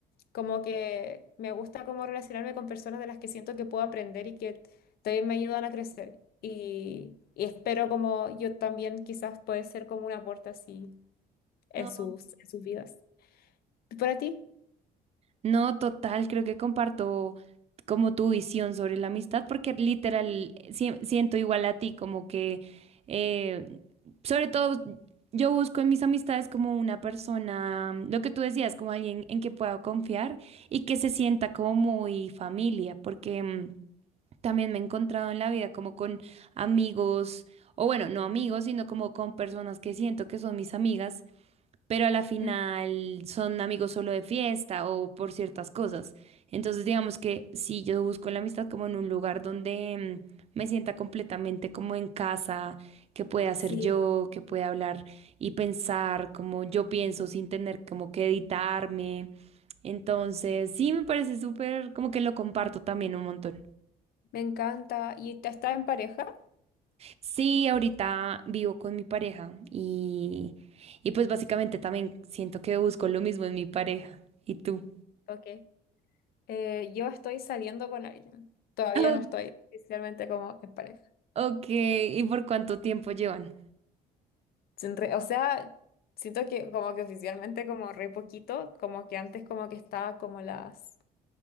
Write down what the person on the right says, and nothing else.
No,
No, total, creo que comparto como tu visión sobre la amistad, porque literal sie- siento igual a ti, como que, eh, sobre todo, yo busco en mis amistades como una persona, lo que tú decías, como alguien en que pueda confiar y que se sienta como muy familia, porque... mm, También me he encontrado en la vida como con amigos, o bueno, no amigos, sino como con personas que siento que son mis amigas, pero a la final
son amigos solo de fiesta o por ciertas cosas. Entonces, digamos que si yo busco la amistad como en un lugar donde mm, me sienta completamente como en casa, que pueda hacer
yo, que pueda hablar y pensar como yo pienso sin tener como que editarme. Entonces, sí me parece súper, como que lo comparto también un montón.
Sí, ahorita vivo con mi pareja y, y pues básicamente también siento que busco lo mismo en mi pareja. ¿Y tú?
Oh,
ok, ¿y por cuánto tiempo llevan?